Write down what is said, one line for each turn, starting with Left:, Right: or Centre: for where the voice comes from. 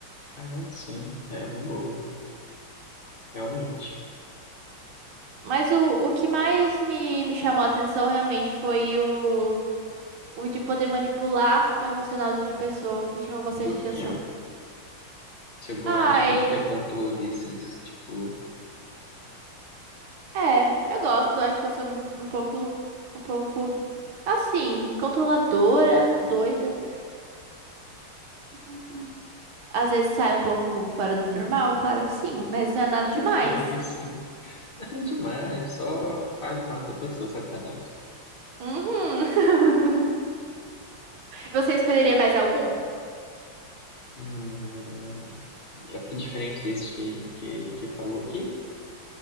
Left: Ah, sim, é uma boa, realmente.
Right: Mas o, o que mais me, me chamou a atenção realmente foi o, o de poder manipular o emocional de outra pessoa. Me chamou bastante
Left: Por
Right: atenção.
Left: quê? Você gosta,
Right: Ai,
Left: tipo, de ter controle, assim, tipo,
Right: é, eu gosto. Acho que eu sou um pouco, um pouco assim, controladora, doida. Uhum. Às vezes sai um pouco fora do normal, claro que sim, mas não é nada
Left: <laughs>
Right: demais.
Left: claro que sim. Nada demais, só quase mata a pessoa, sacanagem.
Right: Uhum. <laughs> Você escolheria mais algum?
Left: Hum, é diferente desses que, que, que falou aqui.